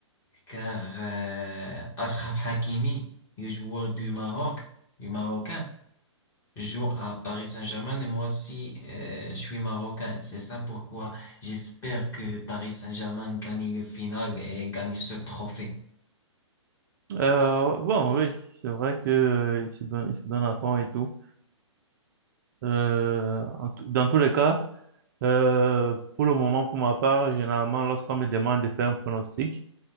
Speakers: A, on the left; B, on the right.
A: car euh, Achraf Hakimi, le joueur du Maroc, du Marocain, joue à Paris Saint-Germain et moi aussi, euh, je suis Marocain. C'est ça pourquoi j'espère que Paris Saint-Germain gagne le final et gagne ce trophée.
B: Euh, bon, oui, c'est vrai que, euh, ils se donnent, ils se donnent à fond et tout. Euh, en tout- dans tous les cas, euh, pour le moment, pour ma part, généralement, lorsqu'on me demande de faire un pronostic,